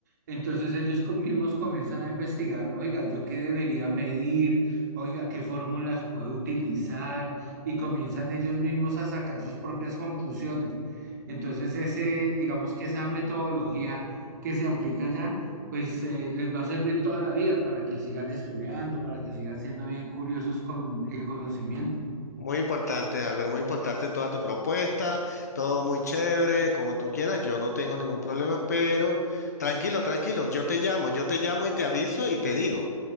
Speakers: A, on the right; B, on the left.
A: Entonces ellos co- mismos comienzan a investigar, oiga, ¿yo qué debería medir? Oiga, ¿qué fórmulas puedo utilizar? Y comienzan ellos mismos a sacar sus propias conclusiones. Entonces ese, digamos que esa metodología que se aplica allá, pues eh, les va a servir toda la vida para que sigan estudiando, para que sigan siendo bien curiosos con el conocimiento.
B: Muy importante, Albert, muy importante toda tu propuesta, todo muy chévere, como tú quieras, yo no tengo ningún problema, pero tranquilo, tranquilo, yo te llamo, yo te llamo y te aviso y te digo.